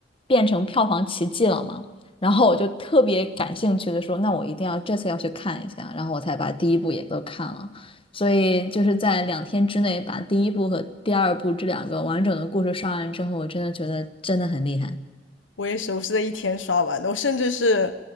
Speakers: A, on the left (about 30°); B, on the left (about 80°).
A: 变成票房奇迹了嘛，然后我就特别感兴趣的说，那我一定要这次要去看一下，然后我才把第一部也都看了，所以就是在两天之内把第一部和第二部这两个完整的故事刷完之后，我真的觉得真的很厉害。
B: 我也是，我是在一天刷完的，我甚至是